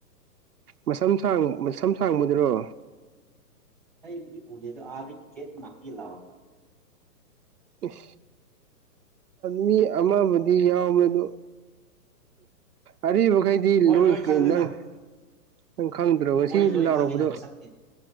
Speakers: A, on the right; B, in the centre.
A: ꯃꯁꯝ ꯁꯥꯡ ꯃꯁꯝ ꯁꯥꯡꯕꯗꯨꯔꯣ
B: ꯑꯩ ꯍꯧꯖꯤꯛ ꯎꯗꯦꯗꯣ ꯑꯥꯗꯒꯤ ꯒꯦꯠ ꯃꯅꯥꯛꯇ ꯂꯥꯎꯔꯛꯄ
A: ꯎ <unintelligible> ꯃꯤ ꯑꯃꯕꯨꯗꯤ ꯌꯥꯎꯕꯦ ꯑꯗꯨ ꯑꯔꯤꯕꯈꯩ ꯗꯤ
B: ꯃꯣꯏ
A: ꯂꯣꯏ ꯀ
B: ꯈꯪꯉꯦꯗ
A: ꯅꯪ ꯅꯪ ꯈꯪꯗ꯭ꯔꯣ ꯉꯁꯤ
B: ꯃꯣꯏ ꯂꯣꯏ
A: ꯂꯥꯎꯔꯕꯗꯣ
B: ꯈꯪꯉꯤꯗ ꯃꯁꯛꯇꯤ